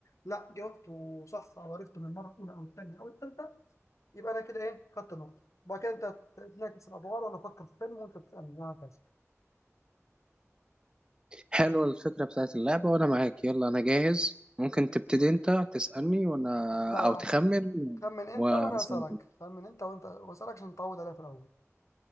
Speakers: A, on the left; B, on the right.
A: لا جاوبته صح او عرفته من المره الاولى او الثانيه او الثالثه يبقى انا كده ايه خدت نقطه وبعد كده انت تنعكس الادوار وانا افكر في فيلم وانت تسالني وهكذا
B: حلوه الفكره بتاعت اللعبه وانا معاك يلا انا جاهز ممكن تبتدي انت تسالني وانا
A: لا لا
B: او تخمن
A: خمن انت
B: واسالك
A: وانا اسالك خمن انت وانت واسالك عشان نتعود عليها في الاول